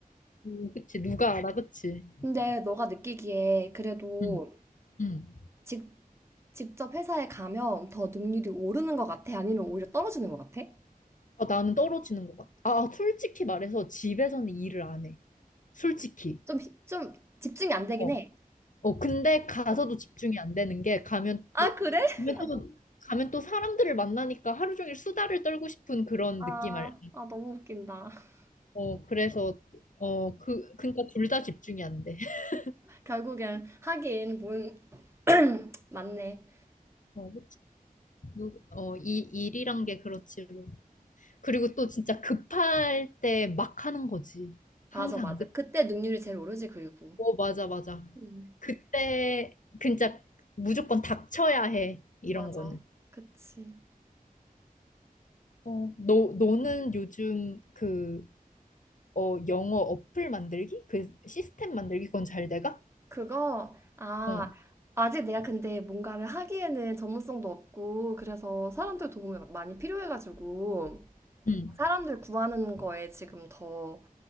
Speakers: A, on the left; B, on the right.
A: 음, 그치? 누가 알아, 그치?
B: 근데 너가 느끼기에 그래도
A: 응, 응.
B: 직 직접 회사에 가면 더 능률이 오르는 것 같아? 아니면 오히려 떨어지는 것 같아?
A: 아, 나는 떨어지는 것 같아. 아, 솔직히 말해서 집에서는 일을 안 해. 솔직히.
B: 좀, 히- 좀 집중이 안 되긴
A: 어.
B: 해.
A: 어, 근데 가서도
B: 어.
A: 집중이 안 되는 게 가면
B: 아,
A: 또,
B: 그래? <laughs>
A: 가면
B: 아,
A: 또,
B: 너-
A: 가면 또 사람들을 만나니까 하루 종일 수다를 떨고 싶은 그런
B: 아,
A: 느낌 아니?
B: 아, 너무 웃긴다. <laughs>
A: 어, 그래서, 어, 그, 그러니까 둘 다 집중이 안 돼. <laughs>
B: 결국엔 하긴 뭔 맞네.
A: 어, 그치. 누- 어, 이 일이란 게 그렇지. 뭐. 그리고 또 진짜 급할 때 막 하는 거지.
B: 맞아,
A: 항상.
B: 맞아.
A: 그,
B: 그때 능률이 제일 오르지, 그리고.
A: 어, 맞아, 맞아.
B: 음,
A: 그때 진짜 무조건 닥쳐야 해. 이런
B: 맞아.
A: 거는.
B: 그치.
A: 어, 너, 너는 요즘 그 어, 영어 어플 만들기? 그 시스템 만들기 그건 잘 돼가?
B: 그거, 아,
A: 어.
B: 아직 내가 근데 뭔가를 하기에는 전문성도 없고, 그래서 사람들 도움이 많이 필요해가지고,
A: 음.
B: 사람들 구하는 거에 지금 더